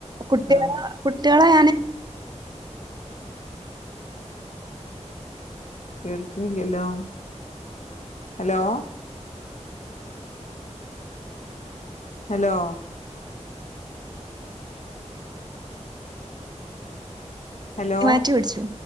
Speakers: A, on the right; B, on the left.
A: കുട്ടികള
B: ആഹ്
A: കുട്ടികളെ <inaudible>
B: കേൾക്കുന്നില്ലല്ലോ ഹലോ ഹലോ ഹലോ
A: മാറ്റി പിടിച്ചു